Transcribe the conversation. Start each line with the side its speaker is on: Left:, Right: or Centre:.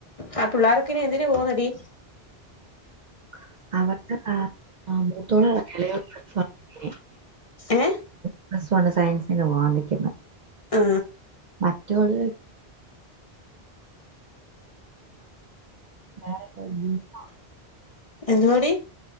Left: ആ പുള്ളേരക്കെ ഇനി എന്തിന് പോകുന്നടി
Right: <unintelligible> ആ മൂത്തോള് എളയോള് <unintelligible>
Left: ഏ
Right: പ്ലസ് വണ്ണ് സയൻസിന് പോവാൻ നിക്ക്ന്ന്
Left: ആ
Right: മറ്റോള് <unintelligible>
Left: എന്തുവാടി